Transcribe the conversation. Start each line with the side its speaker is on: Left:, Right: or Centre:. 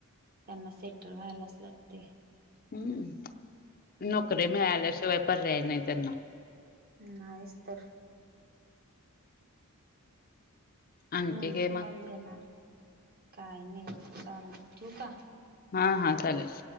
Right: त्यांना सेटल व्हायलाच लागते.
Left: हम्म नोकरी
Right: हम्म
Left: मिळाल्याशिवाय पर्याय नाही त्यांना.
Right: नाहीच तर,
Left: आणखी
Right: मुलगी
Left: काय मग
Right: कोण देणार काय नाही चालेल ठेवू का?
Left: हा हा चालेल